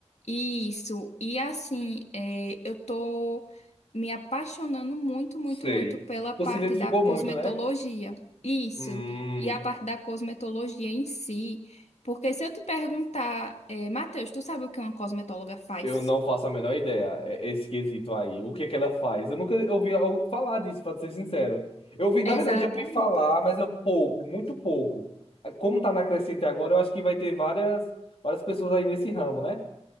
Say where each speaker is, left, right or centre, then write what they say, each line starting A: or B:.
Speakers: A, on the left (about 80°); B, on the left (about 60°).
A: Isso. E assim, é, eu tô me apaixonando muito, muito,
B: Sei.
A: muito pela parte
B: Tu se identificou
A: da cosmetologia.
B: muito, né?
A: Isso.
B: Hum,
A: E a parte da cosmetologia em si. Porque se eu te perguntar, é, Matheus, tu sabe o que uma cosmetóloga faz?
B: eu não faço a menor ideia, é- esse quesito aí. O que é que ela faz? Eu nunca ouvi al- falar disso, pra ser sincero. Eu ouvi, na
A: Exatamente.
B: verdade, já ouvi falar, mas é pouco, muito pouco. É, Como tá na crescente agora, eu acho que vai ter várias, várias pessoas aí nesse ramo, né?